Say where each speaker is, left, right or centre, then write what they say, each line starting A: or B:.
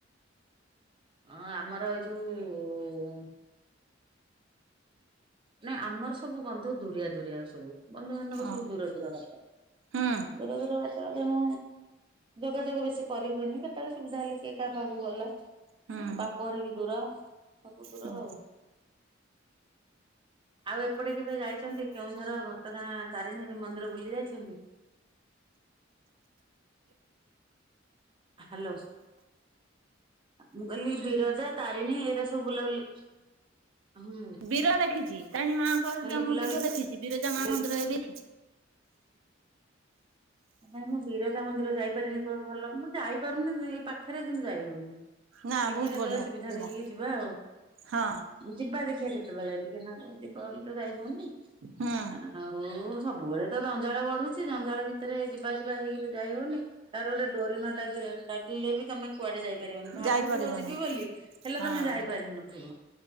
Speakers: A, on the right; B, on the right.
A: ହଁ ଆମର ଏଇ ଯୋଉ ନାଁ ଆମର ସବୁ ବନ୍ଧୁ ଦୁରିଆ ଦୁରିଆ ସବୁ। ବନ୍ଧୁବାନ୍ଧବ
B: ଓ
A: ସବୁ ଦୂର ଦୂର ବାଟ
B: ହୁଁ
A: ଦୂର ଦୂର ବା ତ ତେଣୁ ଯୋଗାଯୋଗ ବେଶୀ କରିହୁଏନି କେତେବେଳେ ସୁବିଧା ହେଲେ କିଏ କାହା ପାଖକୁ ଗଲା।
B: ହୁଁ
A: ବାପଘର ବି ଦୂର ସବୁ ଦୂର
B: ହୁଁ।
A: ଆଉ। ଆଉ ଏପଟେ କେବେ ଯାଇଛନ୍ତି କେଉଁଝର, ଘଟଗାଁ ତାରିଣୀ ମନ୍ଦିର, ବୁଲି ଯାଇଛନ୍ତି? ହ୍ୟାଲୋ। ମୁଁ କହିଲି ବିରଜା, ତାରିଣୀ ଏଇରା ସବୁ ବୁଲାବୁଲି ହୁଁ
B: ବୀର ଦେଖିଛି ତାରିଣୀ ମାଆଙ୍କ
A: କହିଲି
B: ଜନ୍ମ
A: ବୁଲାବୁଲି
B: ପୀଠ ଦେଖିଛି ବିରଜା ମା
A: ଦେ
B: ମନ୍ଦିରରେ ବି
A: ନାଁ ମୁଁ ବିରଜା ମନ୍ଦିର ଯାଇପାରିନି ଭଲ <unintelligible> ଯାଇପାରୁନି ଏଇ ପାଖରେ କିନ୍ତୁ ଯାଇ ହଉନି‌।
B: ନା
A: ଦେଖିବା
B: ବହୁତ
A: କେତେବେଳେ
B: ବଢିଆ
A: ସୁବିଧା
B: ଜାଗା
A: ଦେଖିକି ଯିବା ଆଉ
B: ହଁ
A: ଯିବା ଦେଖିବା କେତେବେଳେ ଟିକେ ନା ଯିବ ବୋଲି ତ ଯାଇ ହଉନି
B: ହୁଁ
A: ଆଉ ସବୁବେଳେ ତ ଜଞ୍ଜାଳ ବଢ଼ୁଛି ଜଞ୍ଜାଳ ଭିତ୍ ଭିତରେ ଯିବା ଯିବା ହେଇକିରି ଯାଇ ହଉନି ତାର ଗୋଟେ ଡୋରି ନ ଡା ଡ଼ାକିଲେ ବି ତମେ କୁଆଡ଼େ ଯାଇପାରିବନି ଭାବୁଥିବ
B: ଯାଇପାରିବନି
A: ଯିବି ବୋଲି ହେଲେ
B: ହଁ।
A: ତମେ ଯାଇପାରିନଥିବ।